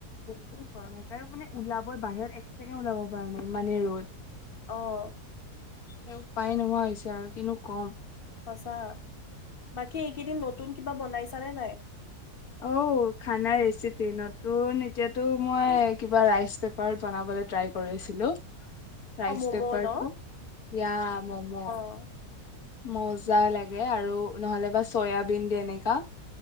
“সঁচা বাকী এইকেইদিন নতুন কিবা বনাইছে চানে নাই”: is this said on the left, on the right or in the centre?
Left